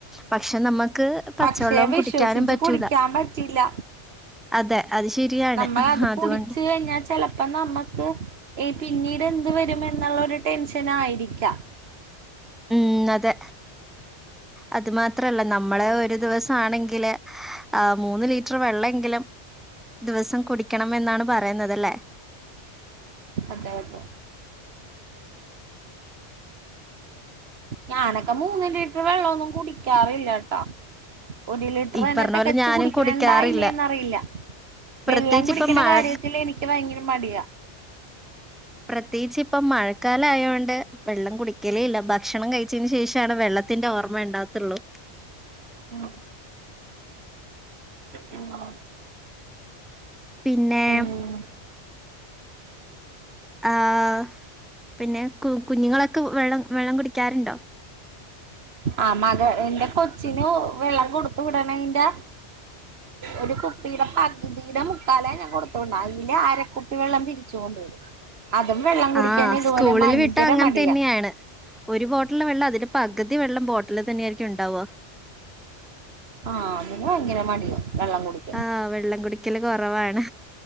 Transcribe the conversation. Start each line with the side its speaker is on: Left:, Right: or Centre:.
Centre: പക്ഷെ നമ്മക്ക് പച്ചവെള്ളവും
Right: പക്ഷെ വിശ്വസിച്ച്
Centre: കുടിക്കാനും പറ്റൂല.
Right: കുടിക്കാൻ പറ്റില്ല
Centre: അതെ അത് ശരിയാണ്.
Right: നമ്മളത്
Centre: അതുകൊണ്ട്.
Right: കുടിച്ച് കഴിഞ്ഞാ ചെലപ്പോ നമ്മുക്ക് ഈ പിന്നീട് എന്ത് വരുമെന്നുള്ള ഒരു ടെൻഷൻ ആയിരിക്കാം.
Centre: ഉം അതെ അത് മാത്രല്ല നമ്മള് ഒരു ദിവസം ആണെങ്കില്. ആഹ് മൂന്ന് ലിറ്റർ വെള്ള എങ്കിലും ദിവസം കുടിക്കണം എന്നാണ് പറയുന്നത് ലെ
Right: അതെ അതെ. ഞാനൊക്കെ മൂന്ന് ലിറ്റർ വെള്ളമൊന്നും കുടിക്കാറില്ല ട്ടോ. ഒരു ലിറ്റർതന്നെ
Centre: ഈ പറഞ്ഞ
Right: തികച്ചു
Centre: പോലെ ഞാനും
Right: കുടിക്കണണ്ടായില്ലേന്ന്റിയില്ല
Centre: കുടിക്കാറില്ല. പ്രത്യേകിച്ച്
Right: വെള്ളം കുടിക്കണ
Centre: ഇപ്പം മഴ
Right: കാര്യത്തില് എനിക്ക് ഭയങ്കര മടിയ..
Centre: പ്രത്യേകിച് ഇപ്പ മഴക്കാല ആയോണ്ട്. വെള്ളം കുടിക്കലേ ഇല്ല ഭക്ഷണം കഴിച്ചന് ശേഷംണ് വെള്ളത്തിന്റെ ഓർമ്മ ഉണ്ടാകത്തുള്ളൂ
Right: ഉം ഉം
Centre: പിന്നെ...
Right: ഉം
Centre: ആഹ് പിന്നെ കു കുഞ്ഞുങ്ങളൊക്കെ വെള്ളം വെള്ളം കുടിക്കാറുണ്ടോ??
Right: ആ മക എന്റെ കൊച്ചിന് വെള്ളം കൊടുത്തു വിടണ എന്റെ. ഒരു കുപ്പിയുടെ പകുതിയുടെ മുക്കാല ഞാൻ കൊടുത്തണ്ട അതില് അരക്കുപ്പി വെള്ളം തിരിച്ചു കൊണ്ട് വരും അതും വെള്ളം കുടിക്കൻ
Centre: ആഹ്
Right: ഇതുപോലെ
Centre: സ്കൂളിൽ
Right: ഭയങ്കര
Centre: വിട്ടാ അങ്ങനെ
Right: മടിയാ..
Centre: തന്നെയാണ്. ഒരു ബോട്ടിലെ വെള്ളം അതിന്റെ പകുതി വെള്ളം ബോട്ടിൽ തന്നൊയിയിരിക്കും ഉണ്ടാവുക.
Right: ആഹ് അതിൻ ഭയങ്കര മടിയവെള്ളം കുടിക്ക
Centre: ആഹ് വെള്ളം കുടിക്കല് കുറവാണ്